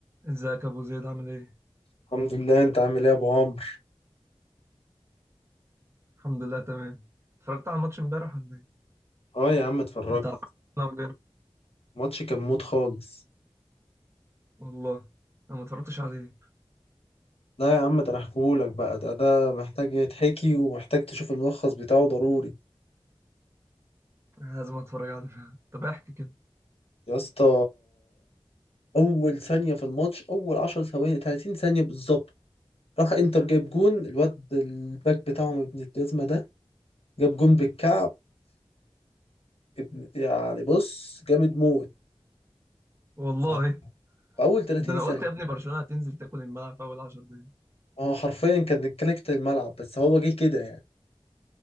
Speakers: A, on the right (about 25°); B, on the left (about 70°).
A: ازيك يا ابو زيد عامل ايه؟
B: الحمد لله انت عامل ايه يا ابو عمرو
A: الحمد لله تمام اتفرجت على الماتش امبارح ولا ايه؟
B: اه يا عم اتفرجت
A: بتاع أنا والهند.
B: الماتش كان موت خالص
A: والله انا ما اتفرجتش عليه
B: لا يا عم ده انا احكيهولك بقى ده ده محتاج يتحكي ومحتاج تشوف الملخص بتاعه ضروري
A: أنا لازم اتفرج عليه فعلا. طب احكي كده
B: يا اسطى اول ثانيه في الماتش اول 10 ثواني 30 ثانيه بالظبط راح انتر جايب جون الواد الباك بتاعهم ابن الجزمه ده جاب جون بالكعب ابن يعني بص جامد موت
A: والله
B: ف- في اول 30
A: ده انا قلت
B: ثانيه
A: يا ابني برشلونة هتنزل تاكل الملعب في اول 10 دقايق
B: هو حرفيا كان كلكت الملعب بس هو جه كده يعني